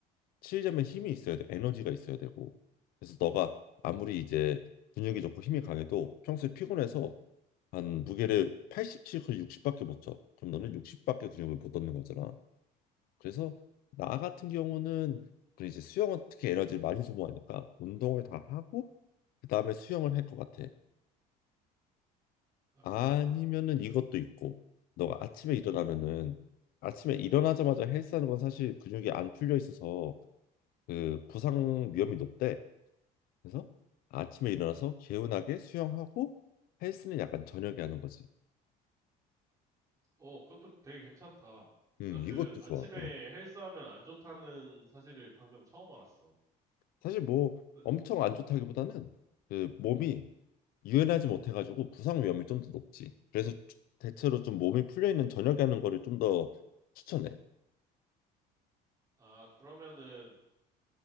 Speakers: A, on the left (about 60°); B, on the right (about 20°).
A: 치려면 힘이 있어야 돼. 에너지가 있어야 되고. 그래서 너가 아무리 이제 근육이 좋고 힘이 강해도 평소에 피곤해서 한 무게를 87, 거의 60밖에 못 쳐. 그럼 너는 60밖에 근육을 못 얻는 거잖아. 그래서 나 같은 경우는 그 이제 수영은 특히 에너지를 많이 소모하니까 운동을 다 하고 그다음에 수영을 할 것 같아.
B: 아,
A: 아니면은
B: 그렇구나.
A: 이것도 있고 너가 아침에 일어나면은 아침에 일어나자마자 헬스하는 건 사실 근육이 안 풀려 있어서 그 부상 위험이 높대. 그래서 아침에 일어나서 개운하게 수영하고 헬스는 약간 저녁에 하는 거지.
B: 어, 그것도 되게 괜찮다.
A: 음,
B: 나
A: 이것도
B: 그 아침에
A: 좋아. 어.
B: 헬스하면 안 좋다는 사실을 방금 처음 알았어.
A: 사실 뭐
B: 그
A: 엄청 안 좋다기보다는 그 몸이 유연하지 못해가지고 부상 위험이 좀 더 높지. 그래서 추- 대체로 좀 몸이 풀려 있는 저녁에 하는 거를 좀 더 추천해.
B: 아, 그러면은